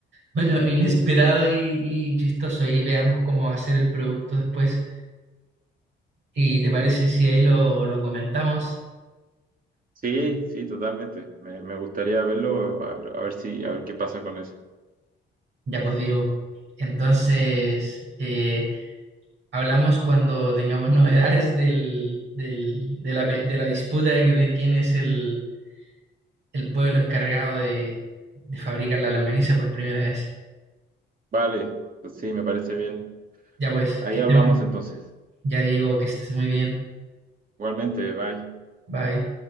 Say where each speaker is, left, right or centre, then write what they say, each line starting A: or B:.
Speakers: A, on the right; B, on the right.
A: bueno, inesperado y, y chistoso. Ahí veamos cómo va a ser el producto después. ¿Y te parece si ahí lo, lo comentamos?
B: Sí, sí, totalmente. Me, me gustaría verlo, a ver, a ver si, a ver qué pasa con eso.
A: Ya pues, Diego. Entonces, eh, hablamos cuando tengamos <laughs> novedades del, del- de la, pe- de la disputa de, de quién es el, el pueblo encargado de, de fabricar la longaniza por primera vez.
B: Vale, pues sí, me parece bien.
A: Ya pues,
B: Ahí
A: que estén-
B: hablamos entonces.
A: ya Diego, que estés muy bien.
B: Igualmente, bye.
A: Bye.